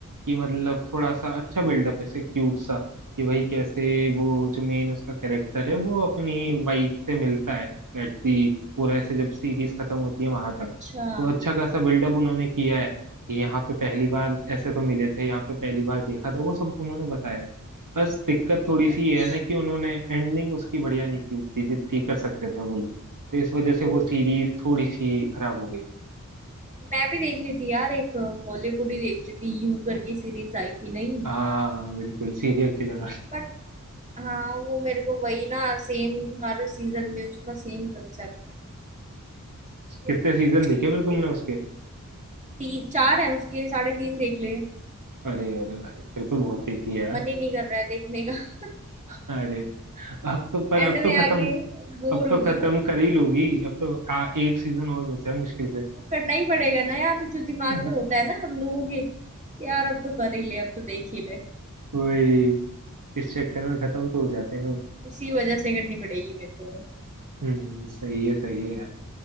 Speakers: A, on the right; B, on the right.
A: कि मतलब थोड़ा सा अच्छा बिल्डअप ऐसे क्यूट सा कि भाई कैसे वो जो मेन उसका कैरेक्टर है वो अपनी वाइफ से मिलता है एट दी पूरा ऐसे जब सीरीज खत्म होती है वहां तक
B: अच्छा
A: तो अच्छा खासा बिल्डअप उन्होंने किया है कि यहाँ पे पहली बार ऐसे तो मिले थे यहाँ पे पहली बार देखा था वो सब उन्होंने बताया है बस दिक्कत थोड़ी सी
B: अच्छा
A: ये है ना कि उन्होंने एंडिंग उसकी बढ़िया नहीं की उतनी जितनी कर सकते थे वो लोग तो इस वजह
B: ओ
A: से वो सीरीज थोड़ी सी खराब हो गई
B: मैं भी देख रही थी यार एक हॉलीवुड ही देख रही थी यू करके सीरीज आई थी नहीं
A: हाँ बिल्कुल सीरियल किलर वाली
B: बट हाँ वो मेरे को वही ना सेम हर सीजन में उसका सेम कंसेप्ट मतलब
A: कितने सीजन देखे फिर तुमने
B: देख
A: उसके
B: तीन चार है उसके साढ़े तीन देख ले
A: अरे अरे भाई फिर तो बहुत देख लिया यार
B: मन ही नहीं कर रहा है देखने का <laughs>
A: अरे अब तो पर
B: एंड
A: अब तो
B: में
A: खत्म
B: आगे बोर
A: अब
B: हो
A: तो
B: गई
A: खत्म
B: हूँ
A: कर ही लोगी अब तो आ, एक सीजन और बचा है मुश्किल से
B: वो करना ही पड़ेगा ना यार जो दिमाग
A: <laughs>
B: में होता है ना हम लोगों के यार अब तो कर ही ले अब तो देख ही ले
A: वही इस चक्कर में खत्म तो हो जाते हैं वो।
B: उसी वजह से करनी पड़ेगी मेरे को
A: हम्म सही है सही है यार